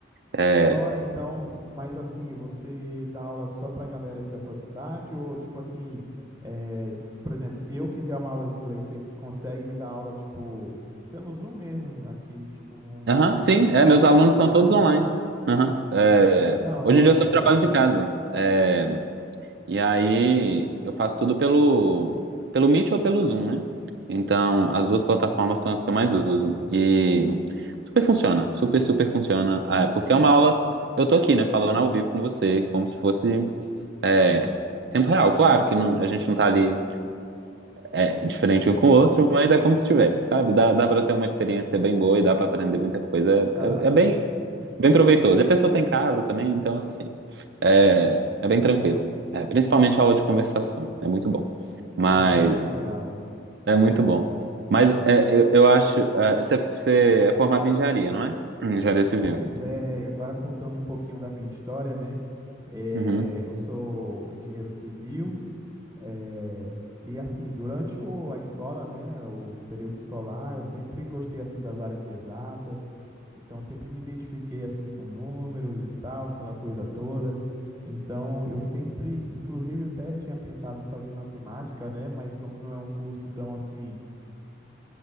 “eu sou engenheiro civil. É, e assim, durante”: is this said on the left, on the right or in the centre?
Right